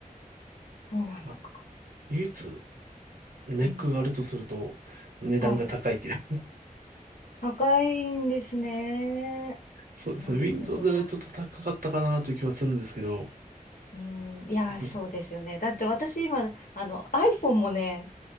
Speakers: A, on the left; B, on the right.
A: そうなのか。
B: まあ、唯一ネックがあるとすると値段が高いっていう。
A: うん。はい。
B: <laughs>
A: 高いんですね。
B: そうですね。
A: なるほど。
B: Windows よりちょっと高かったかなという気はするんですけど、
A: うん。いやー、
B: その
A: そうですよね。だって私今、あの、iPhone もね、